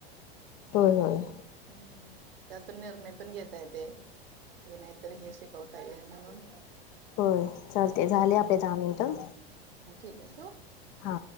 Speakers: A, on the left (about 35°); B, on the right (about 65°).
A: होय, होय.
B: हम्म त्यातून निर्णय पण घेता येते. ते नाहीतर हे शिकवता येईल म्हणून.
A: होय चालते झाले आपले दहा मिनिटं.
B: हां ठीक आहे ठेऊ.
A: हा.